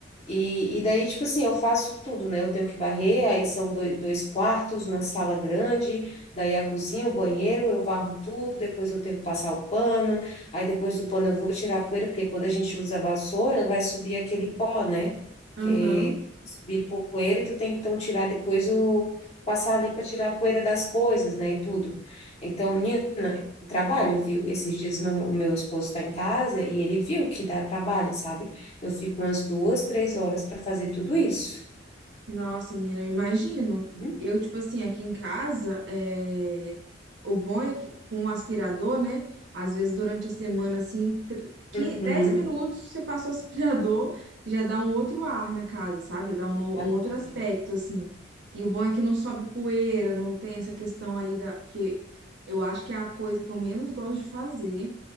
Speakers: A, on the left; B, on the right.
A: E, e daí, tipo assim, eu faço tudo, né? Eu tenho que varrer, aí são dois, dois quartos, uma sala grande, daí a cozinha, o banheiro, eu varro tudo, depois eu tenho que passar o pano, aí depois do pano eu vou tirar a poeira, porque quando a gente usa a vassoura, vai subir aquele pó, né?
B: Aham.
A: Que subir poeira e tu tem que então tirar depois o... passar ali para tirar a poeira das coisas, né? E tudo. Então, menina, trabalho, viu? Esses dias meu, meu esposo está em casa e ele viu que dá trabalho, sabe? Eu fico umas duas, três horas para fazer tudo isso.
B: Nossa, menina, eu imagino.
A: Uhum.
B: Eu, tipo assim, aqui em casa, é, o bom é que com o aspirador, né? Às vezes durante a semana, assim, tr- quin-
A: Uhum.
B: 10 minutos você passa o <laughs> aspirador, já dá um outro ar na casa, sabe? Já Dá uma- um
A: Já dá,
B: outro
A: né?
B: aspecto, assim.
A: Sim.
B: E o bom é que não sobe poeira, não tem essa questão aí da. Porque eu acho que é a coisa que eu menos gosto de fazer